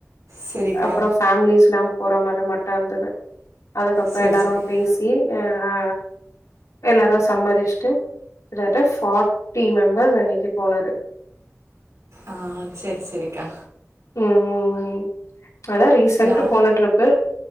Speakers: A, on the right (about 75°); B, on the left (about 80°).
A: செரிக்கா
B: அப்ரோ பேம்லீஸ்லா போறா மாரி மட்டு இருந்துது அதுக்கப்ரோ
A: செரி
B: எல்லாரு
A: செரிக்கா
B: பேஸ் பி அ அ எல்லாரு சம்மதிச்ட்டு டு ஃபாட்டி மெம்பர்ஸ் அன்னிக்கு போனது
A: ஆ சரி சரிக்கா
B: ம் அதா ரீசன்ட்
A: நா
B: போன ட்ரிப்பு